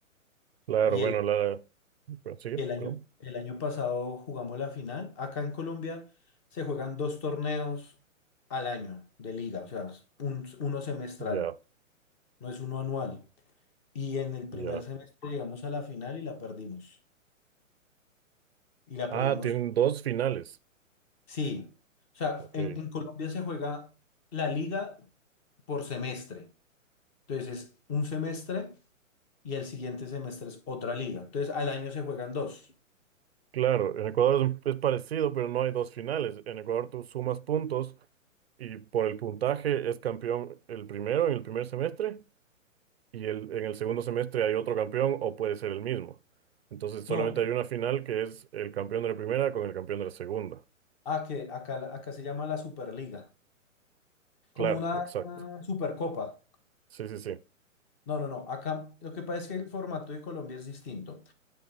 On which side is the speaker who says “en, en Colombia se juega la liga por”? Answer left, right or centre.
Left